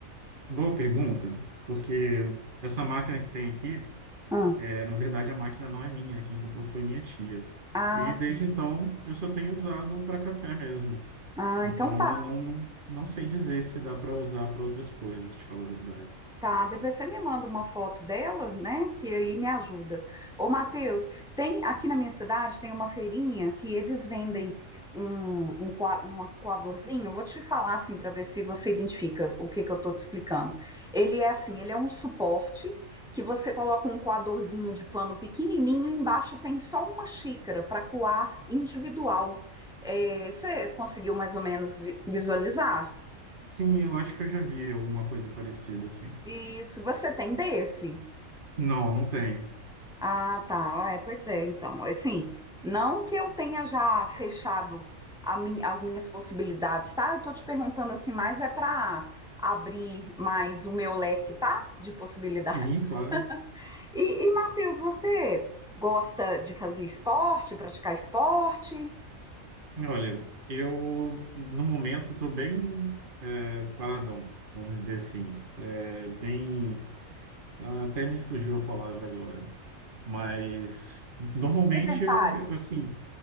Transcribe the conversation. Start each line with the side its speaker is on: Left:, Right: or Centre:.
Right: Boa pergunta, porque essa máquina que tem aqui,
Centre: Ah,
Right: é, na verdade a máquina não é minha, quem comprou foi minha tia.
Centre: ah,
Right: E
Centre: sim.
Right: desde então eu só tenho usado para café mesmo.
Centre: Ah,
Right: Então
Centre: então tá.
Right: eu não, não, não sei dizer se dá para usar para outras coisas, te falar a verdade.
Centre: Tá, depois você me manda uma foto dela, né? Que aí me ajuda. Ô, Matheus, tem aqui na minha cidade tem uma feirinha que eles vendem um, um, coa- um coadorzinho. Eu vou te falar assim para ver se você identifica o que que eu tô te explicando. Ele é assim, ele é um suporte que você coloca um coadorzinho de pano pequenininho, e embaixo tem só uma xícara para coar individual. É, você conseguiu mais ou menos vi- visualizar?
Right: Sim, eu acho que eu já vi alguma coisa parecida assim.
Centre: Isso, você tem desse?
Right: Não, não tenho.
Centre: Ah, tá. Ah, é, pois é, então. Assim, não que eu tenha já fechado a min- as minhas possibilidades, tá? Eu tô te perguntando assim, mas é para abrir mais o meu leque, tá? De possibilidades.
Right: Sim, claro.
Centre: <laughs> E, e Matheus, você gosta de fazer esporte, praticar esporte?
Right: Olha, eu no momento estou bem é, paradão, vamos dizer assim. É, bem, ah, até me fugiu a palavra agora. Mas normalmente
Centre: Sedentário,
Right: eu, eu, assim,